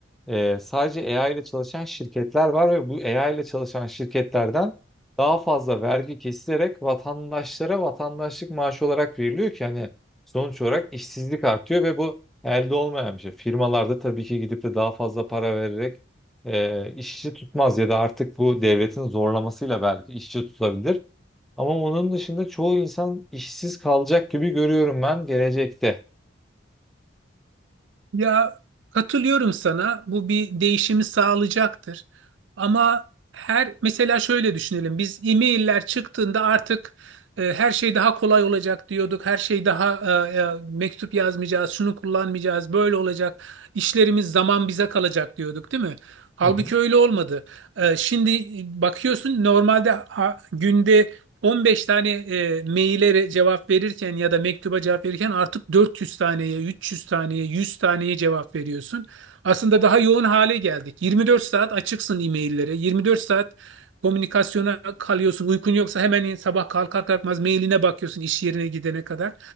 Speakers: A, in the centre; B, on the right (about 75°).
A: e, sadece AI ile çalışan şirketler var ve bu AI ile çalışan şirketlerden daha fazla vergi kesilerek vatandaşlara vatandaşlık maaşı olarak veriliyor ki hani sonuç olarak işsizlik artıyor ve bu Elde olmayan bir şey. Firmalarda tabii ki gidip de daha fazla para vererek e, işçi tutmaz ya da artık bu devletin zorlamasıyla belki işçi tutabilir. Ama onun dışında çoğu insan işsiz kalacak gibi görüyorum ben gelecekte.
B: Ya katılıyorum sana. Bu bir değişimi sağlayacaktır. Ama her mesela şöyle düşünelim. Biz e-mailler çıktığında artık e, her şey daha kolay olacak diyorduk. Her şey daha e, e, mektup yazmayacağız, şunu kullanmayacağız, böyle olacak. İşlerimiz zaman bize kalacak diyorduk, değil mi? Halbuki
A: Hı hı,
B: öyle olmadı. E, şimdi bakıyorsun normalde ha- günde 15 tane e, maillere cevap verirken ya da mektuba cevap verirken artık 400 taneye, 300 taneye, 100 taneye cevap veriyorsun. Aslında daha yoğun hale geldik. 24 saat açıksın e-maillere. 24 saat komünikasyona kalıyorsun. Uykun yoksa hemen sabah kalkar kalkmaz mailine bakıyorsun iş yerine gidene kadar.